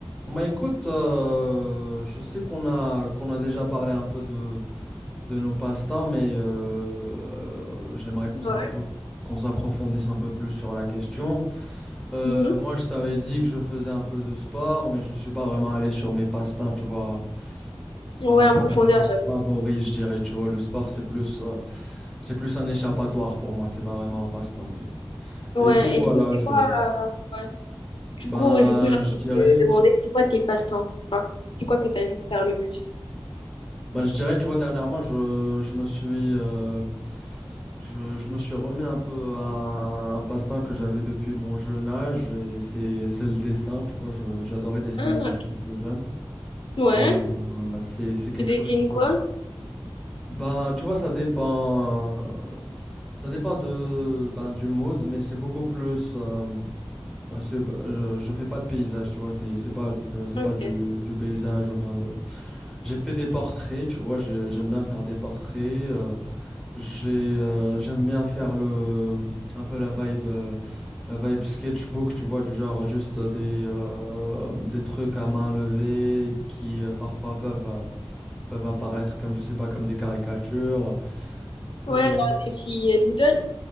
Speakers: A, in the centre; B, on the left.
A: Bah écoute, euh, je sais qu'on a qu'on a déjà parlé un peu de, de nos passe-temps, mais euh, j'aimerais qu'on
B: Ouais.
A: s'appro- qu'on s'approfondisse un peu plus sur la question. Euh,
B: Mhm.
A: moi, je t'avais dit que je faisais un peu de sport, mais je suis pas vraiment allé sur mes passe-temps, tu vois.
B: Ouais,
A: Bah
B: en
A: mes
B: profondeur,
A: passe-temps
B: j'avoue.
A: favoris, je dirais, tu vois. Le sport, c'est plus euh, c'est plus un échappatoire pour moi, c'est pas vraiment un passe-temps, mais
B: Ouais,
A: et puis voilà,
B: et du coup, c'est
A: je
B: quoi euh, ouais. Du
A: ben
B: coup, du coup, j'ai
A: je
B: envie
A: dirais.
B: de te demander, c'est quoi tes passe-temps? Enfin, c'est quoi que t'aimes faire le plus?
A: Bah, je dirais, tu vois, dernièrement, je, je me suis, euh, je, je me suis remis un peu à un passe-temps que j'avais depuis mon jeune âge, et c'est, c'est le dessin, tu vois, je- j'adorais dessiner
B: Ah,
A: quand j'étais plus jeune,
B: ok. ouais.
A: et euh, c'est, c'est quelque
B: Tu dessines
A: chose que je...
B: quoi?
A: Ben, tu vois, ça dépend, euh, ça dépend de, ben, du mood, mais c'est beaucoup plus, euh, ben, c'est- ben, je, je fais pas de paysage, tu vois, c'est, c'est pas, de- c'est
B: Ok.
A: pas du, du paysage ou bien de... J'ai fait des portraits, tu vois, j'ai- j'aime bien faire des portraits. euh, J'ai, euh, j'aime bien faire le, un peu la vibe, euh, la vibe sketchbook, tu vois, du genre juste des, euh, des trucs à main levée qui euh, parfois peuvent, euh, peuvent apparaître comme, je sais pas, comme des caricatures.
B: Ouais,
A: Euh,
B: genre des petits euh, doodles,